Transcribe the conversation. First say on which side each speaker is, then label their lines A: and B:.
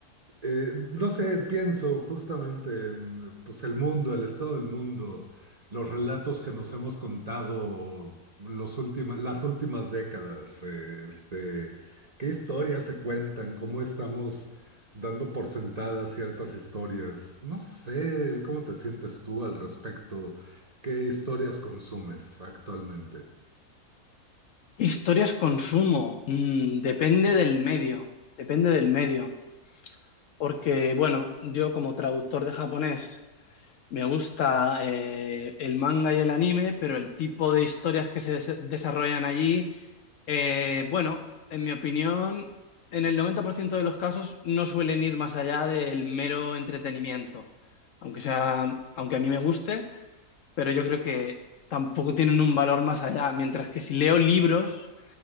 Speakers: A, on the right (about 35°); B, on the left (about 65°).
A: Eh, no sé, pienso justamente en pues, el mundo, el estado del mundo, los relatos que nos hemos contado los última- las últimas décadas, eh, este, qué historias se cuentan, cómo estamos dando por sentadas ciertas historias. No sé, ¿cómo te sientes tú al respecto? ¿Qué historias consumes actualmente?
B: ¿Qué historias consumo? Mm, depende del medio, depende del medio. Porque, bueno, yo como traductor de japonés me gusta eh, el manga y el anime, pero el tipo de historias que se des- desarrollan allí Eh, bueno, en mi opinión, en el 90% de los casos no suelen ir más allá del mero entretenimiento, aunque sea, aunque a mí me guste, pero yo creo que tampoco tienen un valor más allá, mientras que si leo libros,